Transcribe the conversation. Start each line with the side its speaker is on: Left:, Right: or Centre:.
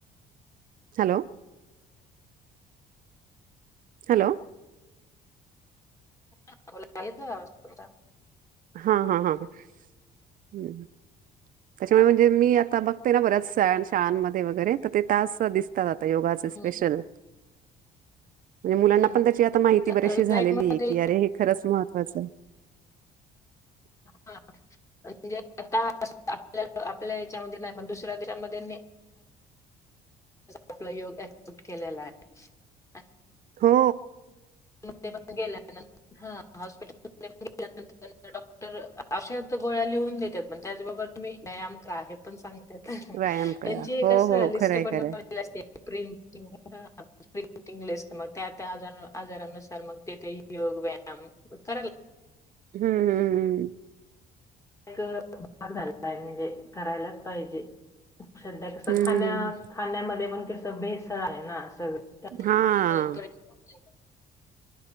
Right: हॅलो हॅलो
Left: हा बोला येतोय आवाज तुमचा?
Right: हा हा हा ह हम्म त्याच्यामुळे म्हणजे मी आता बघते ना बऱ्याच शाळांमध्ये वगैरे तर ते तास दिसतात. ते योगाचे स्पेशल.
Left: हं,
Right: म्हणजे मुलांना
Left: हां.
Right: पण त्याची आता माहिती
Left: कसं
Right: बरीचशी झालेली
Left: लाईफमध्ये
Right: आहे की अरे हे खरंच महत्त्वाचं आहे. <unintelligible> <inaudible>
Left: हां, म्हणजे आता आपल्या आपल्या याच्यामध्ये नाही पण दुसऱ्या देशांमध्ये आप योग सुट केलेला आहे.
Right: हो
Left: ते पण गेल्यांतर हा हॉस्पिटलनंतर डॉक् तर औषध गोळ्या लिहून देतात पण त्याचबरोबर तुम्ही व्यायाम करा हे पण सांग त्यात
Right: व्यायाम करा
Left: त्यांची एक
Right: हो
Left: असं
Right: हो हो,
Left: लिस्ट
Right: खरंय
Left: बनवलेली
Right: खरंय.
Left: असते. प्रिंटिंग हां प्रिंटिंग लिस्ट मध त्या- त्या आज आजारानुसार मग ते ते योग व्यायाम करायला
Right: हम्म हम्म हम्म
Left: एक झाय म्हणजे करायलाच पाहिजे. सध्या कसं
Right: हम्म
Left: खाण्या
Right: हम्म हम्म
Left: खाण्यामध्ये पण कसं भेसळ आहे ना. सगळं. ते
Right: हां
Left: हेल्थवर परिणाम